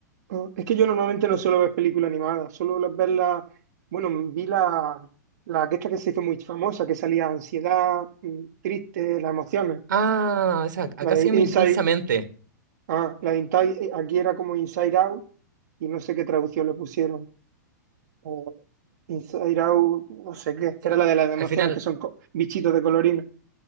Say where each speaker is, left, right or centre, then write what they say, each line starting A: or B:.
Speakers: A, on the right; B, on the right.
A: Ah, Es que yo normalmente no suelo ver películas animadas, suelo las- verlas, bueno, vi la, la que esta que se hizo muy famosa, que salía ansiedad, mm, triste, las emociones,
B: Ah, esa, acá
A: la de
B: se llama
A: Inside,
B: Intensamente.
A: ah, la de Inside, eh, aquí era como Inside Out y no sé qué traducción le pusieron, o Inside Out, no sé qué, que
B: Sí,
A: era la de las emociones,
B: al final.
A: que son co- bichitos de colorina,